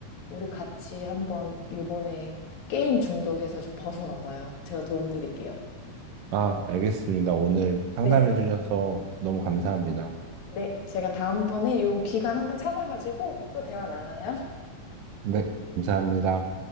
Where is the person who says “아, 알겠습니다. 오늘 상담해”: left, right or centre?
Right